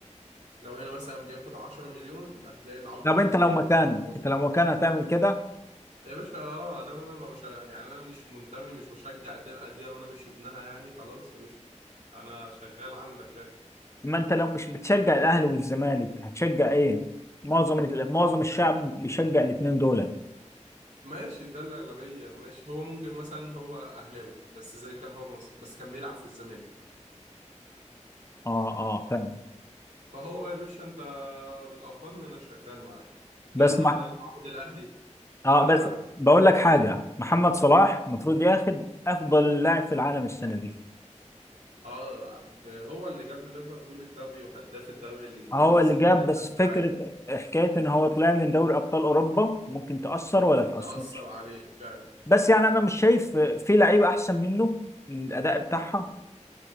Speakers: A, on the right; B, on the left.
A: لو هنا مثلا بياخد 10 مليون هتلاقي العرض
B: طب
A: التاني
B: أنت لو
A: جاي
B: مكانه
A: له 15
B: أنت لو مكانه هتعمل كده
A: يا باشا اه ده ما انا ما بشا يعني انا مش منتمي مش بشجع الفرقة دي وانا مش ابنها يعني خلاص يا باشا انا شغال عندك يعني
B: ما أنت لو مش بتشجع الأهلي والزمالك هتشجع إيه؟ معظم معظم الشعب بيشجع الاتنين دول أه
A: ماشي ده الأغلبية ماشي هو ممكن مثلا هو أهلاوي بس زي كهربا مصر بس كان بيلعب في الزمالك
B: أه فاهم
A: فهو يا باشا انت بتقبضني انا شغال معاك جاله
B: بس
A: لما يقعد الاهلي
B: اه
A: امنعه
B: بس
A: على
B: بقول
A: طول
B: لك حاجه محمد صلاح المفروض ياخد افضل لاعب في العالم السنه دي
A: اه ج- هو اللي جاب ليفربول الدوري وهداف الدوري الانجليزي
B: هو اللي جاب
A: زي
B: بس
A: ما انت
B: فكره
A: عارف
B: حكايه ان هو طلع من دوري ابطال اوروبا ممكن تاثر ولا تاثر
A: تأثر عليه فعلا
B: بس يعني انا مش شايف في لعيبه احسن منه من الاداء بتاعها